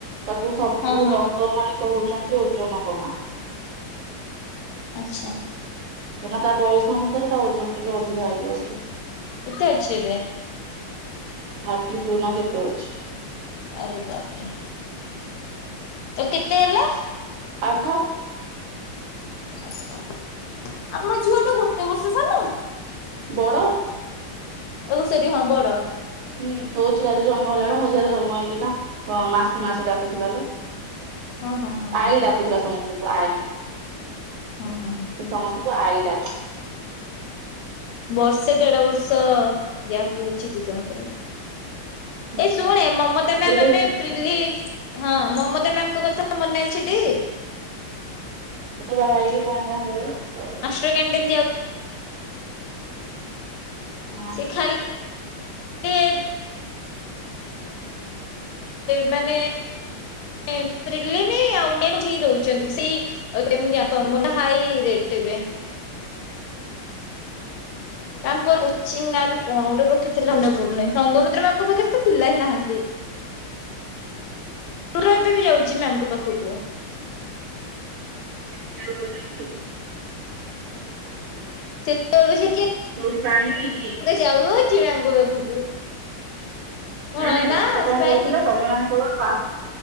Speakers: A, on the right; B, on the left.
A: ତାକୁ ସବୁ
B: ହଁ ହଁ
A: ଡକ୍ଟର
B: ହଁ
A: ମାନେ କହୁଛନ୍ତି ଓଜନ କମା
B: ଆଚଛା
A: କାଁନା ତା ବୟସ ଅନୁସାରେ ତା ଓଜନ ଟିକେ ଅଧିକା ହେଇଯାଉଛି
B: କେତେ ଅଛି ଏବେ?
A: ଥାର୍ଟି ଟୁ ନା କେତେ ଅଛି
B: ଆରେ ବାପରେ ତ କେତେ ହେଲା
A: ଆଠ
B: ଆପଣ ଝିଅ ଟା ଗୋଟେ ବର୍ଷ ସାନ
A: ବଡ଼
B: ଏତ ସେଠି ହଁ ବଡ
A: ହୁଁ ତୋ ଝିଅରେ ଜନ୍ମ ହେଲା ବୁ ମୋ ଝିଅରେ ଜନ୍ମ ହେଇକିନା ମାସ ମାସେ ଡାକୁଥିଲା ଲ
B: ହୁଁ ହୁଁ ହୁଁ
A: ଆଈ
B: ହୁଁ
A: ଡାକୁଥିଲା ସମସ୍ତଙ୍କୁ ଆଈ
B: ହୁଁ ହୁଁ ହୁଁ
A: ସେ ସମସ୍ତଙ୍କୁ ଆଇଡାକେ
B: ବର୍ଷେ ଦେଢ ବର୍ଷ ଗ୍ୟାପ୍ ରହୁଛି ଦି ଜଣଙ୍କର
A: ହୁଁ
B: ଏ ଶୁଣେ ମମତା ମ୍ୟାମ
A: ଇଏ ତ
B: ଏବେ ତ୍ରିଲି ହଁ ମମତା ମ୍ୟାାମଙ୍କ କଥା ମନେ ଅଛିଟି
A: ସେତ ବାହା ହେକି କଣ କଣ କର
B: <unintelligible>
A: ହଁ।
B: ସେ ଖାଲି ଏବେ ମାନେପ୍ରିଲିମ ଆଉ ମ ହିଁ ଦଉଛନ୍ତି ସେ ଆଉାଣି ଜାଣି ପାରୁନି ହାଇ ରେଟ ଏବେ ତାଙ୍କର କୋଚି ନାଁ ବି କଣ ଗୋଟେ ରଖିଥିଲେ ଅପୂର୍ଣ ସଙ୍ଗମିତ୍ର ମଙ୍କ ପାଖରେ ତ ପିଲା ହିଁ ନାହାନ୍ତି ର ଏବେ ବି ଯାଉଛି ମ୍ୟାମଙ୍କ ପାଖକୁ
A: ସେଠ ଆ ଭଲି
B: ସେତେବେଳ ସେ କିିଏ
A: ନଠ ପାଣିିବ କି
B: ଯାଉଛିିବା ମ୍ମା୍ୟମ ପାଖକୁ କଣ
A: ନାଇଁ ନାଇଁ
B: ନା
A: ମତେ କଣ
B: ସେ ପାଇନି?
A: କହୁଥିଲେ ତମେ ମାନେ କେବଳ